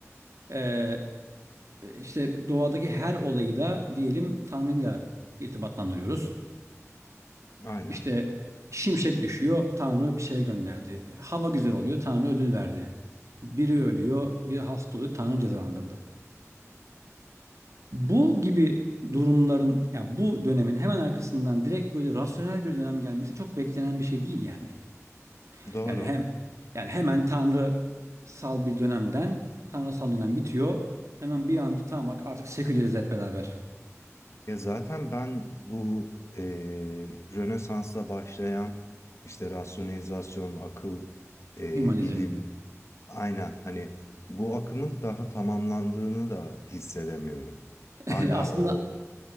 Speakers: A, on the right; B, on the left.
A: E, e, işte doğadaki her olayı da diyelim Tanrı'yla irtibatlandırıyoruz.
B: Aynen.
A: İşte şimşek düşüyor, Tanrı bir şey gönderdi. Hava güzel oluyor, Tanrı ödül verdi. Biri ölüyor, biri hasta oluyor, Tanrı cezalandırdı. Bu gibi durumların, ya bu dönemin hemen arkasından direkt böyle rasyonel bir dönem gelmesi çok beklenen bir şey değil yani.
B: Doğru.
A: Yani hem yani hemen tanrısal bir dönemden tanrısal dönem bitiyor. Hemen bir anda tamam bak artık seküleriz hep beraber.
B: Ya zaten ben bu eee Rönesans'la başlayan işte rasyonalizasyon, akıl, eee,
A: Hümanizm.
B: bilim Aynen hani bu akımın daha tamamlandığını da hissedemiyorum. Hala
A: <laughs> Aslında
B: o